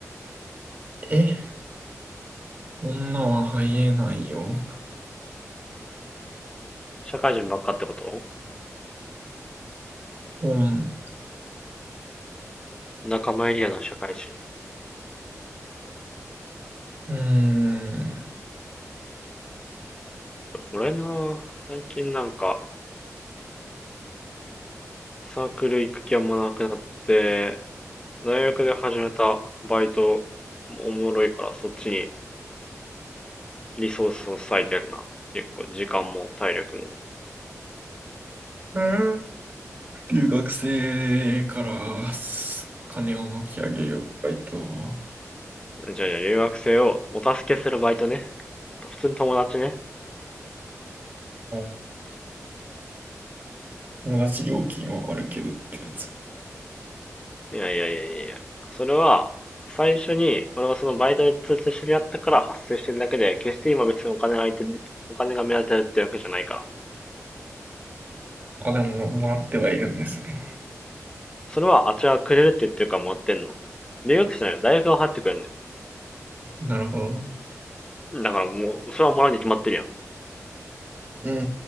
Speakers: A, on the right; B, on the left.
A: え、女は入れないよ。
B: 社会人ばっかってこと
A: 本。
B: 仲間エリアの社会人。
A: うーん。
B: 俺な、最近なんかサークル行く気はもうなくなって、大学で始めたバイトもおもろいからそっちにリソースを割いてるな。結構時間も体力も。
A: うん留学生からす金を巻き上げるバイト。
B: じゃあじゃあ留学生をお助けするバイトね。普通に友達ね。
A: うん友達料金はあるけどってやつ。
B: いやいやいやいや。それは最初に俺はそのバイトで通知知り合ったから発生してるだけで、決して今別にお金相手にお金が目当てるってわけじゃないから。
A: あ、でも、もらってはいるんですね。
B: それはあっちがくれるって言ってるからもらってんの。留学生じゃないよ。大学が払ってくれるんだ
A: なるほど。
B: よ。だからもう、それはもらうに決まってるやん。
A: うー